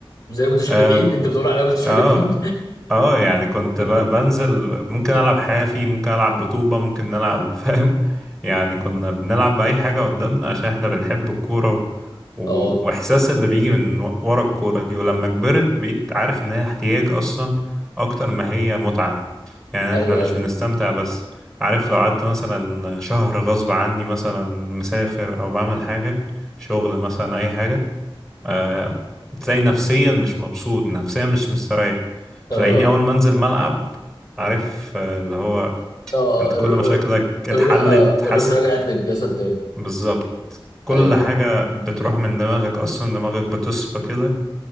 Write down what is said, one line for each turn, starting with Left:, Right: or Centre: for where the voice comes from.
Left: زي المتشردين
Centre: <laughs>
Left: انت بتقول علينا متشردين
Centre: اه اه يعني كنت ب-
Left: <laughs>
Centre: بنزل ممكن العب حافي ممكن العب بطوبة ممكن نلعب <laughs> فاهم يعني كنا بنلعب بأي حاجة قدامنا عشان احنا بنحب الكورة و... و-
Left: اه
Centre: واحساس اللي بيجي من و- ورا الكورة دي ولما كبرت بقيت عارف ان هي احتياج اصلا اكتر ما هي متعة يعني
Left: ايوه
Centre: احنا مش
Left: ايوه
Centre: بنستمتع بس عارف لو قعدت مثلا شهر غصب عني مثلا مسافر او بعمل حاجة شغل مثلا اي حاجة آه، تلاقي نفسيا مش مبسوط نفسيا مش مستريح
Left: آه.
Centre: تلاقيني أول ما أنزل ملعب عارف آه، اللي هو
Left: اه
Centre: أنت كل
Left: الر-
Centre: مشاكلك اتحلت
Left: الروح
Centre: حاسس
Left: الروح رجعت للجسد تاني
Centre: بالظبط كل
Left: ايوه
Centre: حاجة بتروح من دماغك أصلا دماغك بتصفى كده